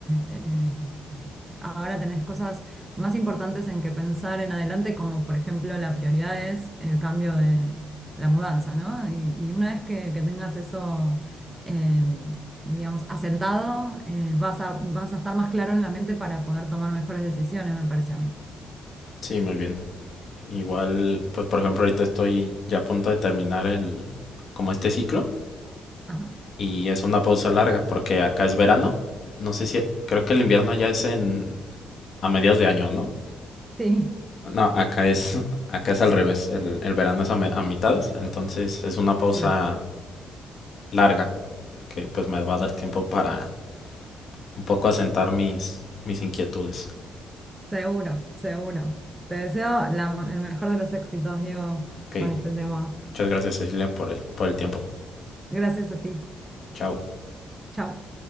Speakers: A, on the right (about 20°); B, on the left (about 55°).
A: eh, Ahora tenés cosas más importantes en que pensar en adelante, como por ejemplo la prioridad es el cambio de la mudanza, ¿no? Y, y una vez que, que tengas eso, eh, digamos, asentado, eh, vas a, vas a estar más claro en la mente para poder tomar mejores decisiones, me parece a mí.
B: sí, muy bien. Igual, pues por ejemplo, ahorita estoy ya a punto de terminar el, como este ciclo
A: Ajá.
B: y es una pausa larga porque acá es verano. No sé si creo que el invierno ya es en a mediados de año, ¿no?
A: Sí,
B: No, acá es <laughs> acá es al revés, el, el verano es a, me- a mitades, entonces es una pausa
A: claro,
B: larga que pues me va a dar tiempo para un poco asentar mis mis inquietudes.
A: seguro, seguro. Te deseo la- el mejor de los éxitos, Diego,
B: Ok,
A: con este tema.
B: muchas gracias Cecilia por el por el tiempo.
A: Gracias a ti.
B: Chao.
A: Chao.